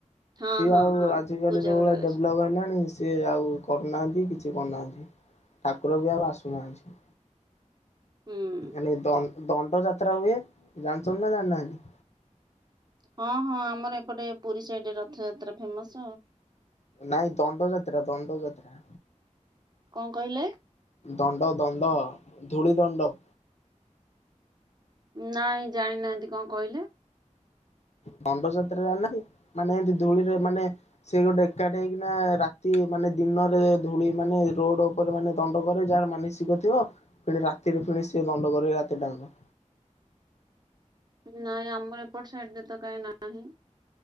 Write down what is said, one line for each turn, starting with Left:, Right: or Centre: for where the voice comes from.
Right: ହଁ
Left: ସିଏ
Right: ହଁ
Left: ଆଉ
Right: ହଁ
Left: ଆଜିକାଲି
Right: ପୂଜା
Left: ଯୋଉ
Right: କରିବାକୁ
Left: ଭଳି ଡେଭଲପ୍
Right: ଆସୁ
Left: ହେଲାଣି ସେ ଆଉ କରୁନାହାନ୍ତି କିଛି କରୁନାହାନ୍ତି ଠାକୁର ବି ଆଉ ଆସୁନାହାନ୍ତି।
Right: ହୁଁ
Left: ଖାଲି ଦଣ୍ଡ ଯାତ୍ରା ହୁଏ ଜାଣିଛନ୍ତି ନା ଜାଣିନାହାନ୍ତି?
Right: ହଁ ହଁ ଆମର ଏପଟେ ପୁରୀ ସାଇଡ଼ ରଥଯାତ୍ରା ଫେମସ୍।
Left: ନାଇଁ ଦଣ୍ଡଯାତ୍ରା ଦଣ୍ଡଯାତ୍ରା
Right: କଣ କହିଲେ?
Left: ଦଣ୍ଡ ଦଣ୍ଡ ଧୂଳି ଦଣ୍ଡ।
Right: ନାଇଁ ଜାଣିନାହାନ୍ତି କଣ କହିଲେ?
Left: ଦଣ୍ଡ ଯାତ୍ରା ରେ ନାଁ ମାନେ ଏମିତି ଧୂଳିରେ ମାନେ ସେ ଗୋଟେ ଏକାଠି ହେଇକି ନା ରାତି ମାନେ ଦିନରେ ଧୂଳି ମାନେ ରୋଡ ଉପରେ ମାନେ ଦଣ୍ଡ କରେ ଯାହାର ମାନସିକ ଥିବ। ପୁଣି ରାତିରେ ସେ ଦଣ୍ଡ କରିବେ ରାତି ଟାଙ୍କ।
Right: ନାଇଁ ଆମର ଏପଟ ସାଇଟ ଯେ ତ କାହିଁ ନାହିଁ